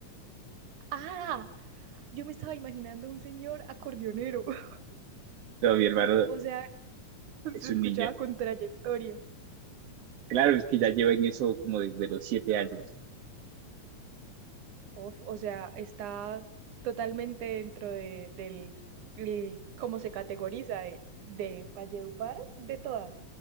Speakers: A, on the right; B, on the right.
A: Ah, yo me estaba imaginando un señor acordeonero, <laughs>
B: No, mi hermano
A: o sea,
B: es
A: se
B: un
A: escuchaba
B: niño.
A: con trayectoria.
B: Claro, es que ya lleva en eso como desde los siete años.
A: Uf, o sea, está totalmente dentro de, del, el- cómo se categoriza de, de Valledupar, de toda.